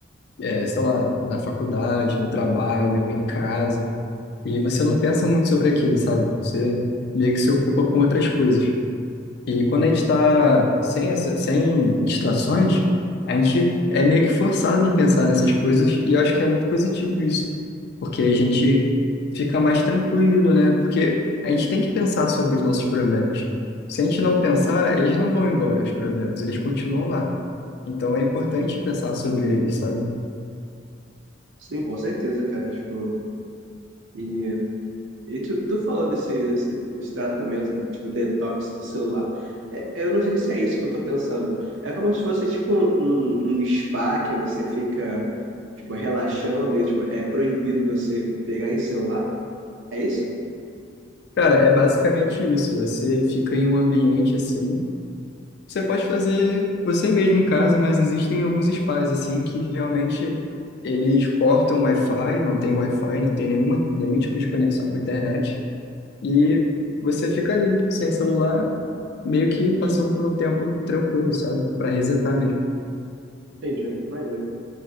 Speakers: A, on the left; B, on the right.
A: é, sei lá, na faculdade, no trabalho, em casa, e você não pensa muito sobre aquilo, sabe? Você meio que se ocupa com outras coisas. E quando a gente está sem, essa- sem distrações, a gente é meio que forçado em pensar nessas coisas, e eu acho que é muito positivo isso, porque a gente fica mais tranquilo, né? Porque a gente tem que pensar sobre os nossos problemas. Se a gente não pensar, eles não vão embora, os problemas, eles continuam lá. Então é importante pensar sobre eles, sabe?
B: Sim, com certeza, cara. Tipo, e, e tu, tu falou desse, desse, desse tratamento, tipo, detox do celular. É, eu não sei se é isso que eu tô pensando. É como se fosse, tipo, um, um um spa que você fica, tipo, relaxando e, tipo, é proibido você pegar em celular. É isso?
A: Cara, é basicamente isso. Você fica em um ambiente assim. Você pode fazer você mesmo em casa, mas existem alguns spas assim que realmente eles cortam o Wi-Fi, não tem Wi-Fi, não tem nenhuma, nenhum tipo de conexão com a internet e você fica ali sem celular, meio que passando por um tempo tranquilo, sabe? Para resetar mesmo.
B: Entendi. Maneiro.